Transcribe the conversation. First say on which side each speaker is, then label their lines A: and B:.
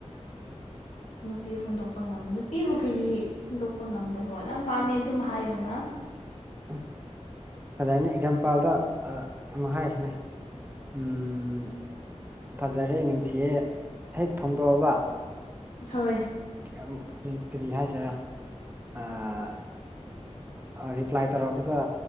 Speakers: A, on the left (about 75°); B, on the right (about 15°).
A: ꯅꯨꯄꯤ ꯍꯨꯟꯗꯣꯛꯄ ꯉꯝ ꯅꯨꯄꯤꯕꯨ ꯀ꯭ꯔꯤ ꯍꯨꯟꯗꯣꯛꯄ ꯉꯝꯗꯕ꯭ꯔꯣ ꯅꯪ ꯄꯥꯝꯃꯦ ꯑꯗꯨꯝ ꯍꯥꯏꯌꯣ ꯅ
B: ꯎꯝ ꯐꯖꯔꯅꯤ ꯑꯦꯛꯖꯥꯝꯄꯥꯜꯗ ꯑꯃ ꯍꯥꯏꯔꯁꯤꯅꯦ ꯎꯝ ꯐꯖꯔꯦ ꯅꯤꯡꯁꯤꯌꯦ ꯍꯦꯛ ꯐꯣꯡꯗꯣꯛꯑꯕ
A: ꯍꯣꯏ
B: ꯀꯌꯥꯝ ꯀ꯭ꯔꯤ ꯀꯔꯤ ꯍꯥꯏꯁꯤꯔꯥ ꯑꯥ ꯑꯥ ꯔꯤꯄ꯭ꯂꯥꯏ ꯇꯧꯔꯛꯄꯗ